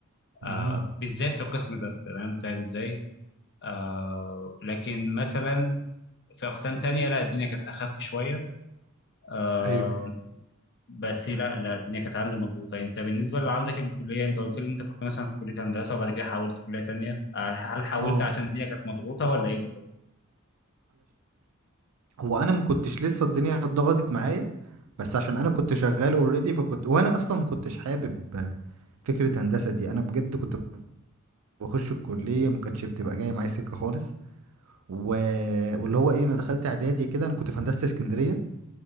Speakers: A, on the right; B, on the left.
A: مم.
B: آه بالذات في القسم ده تمام فاهم ازاي آه لكن مثلا في اقسام تانية لا الدنيا كانت اخف شويه آه
A: ايوه
B: بس لا لا الدنيا كانت عندي مضغوطه انت بالنسبه اللي عندك الكليه انت قلت لي انت كنت مثلا في كليه هندسه وبعد كده حولت كليه تانية آه، هل حولت
A: اه
B: عشان الدنيا كانت مضغوطه ولا ايه بالظبط
A: هو انا ما كنتش لسه الدنيا اتضغطت معايا بس عشان انا كنت شغال اوريدي فكنت وانا اصلا ما كنتش حابب فكره هندسه دي انا بجد كنت بخش الكليه ما كانتش بتبقى جايه معايا سكه خالص و... واللي هو ايه انا دخلت اعدادي كده انا كنت في هندسه اسكندريه